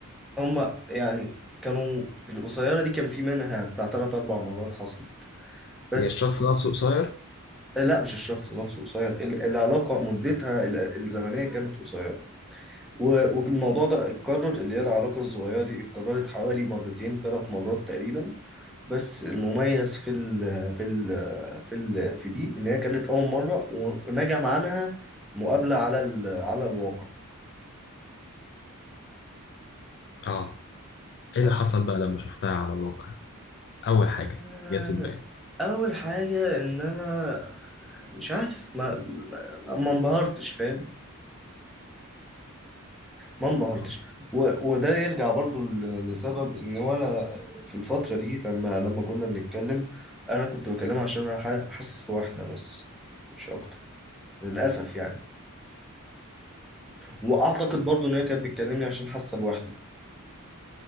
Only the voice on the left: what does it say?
هي الشخص نفسه قصير
اه ايه
اللي حصل بقى لما شفتها على الواقع اول حاجة
جت في دماغي
اه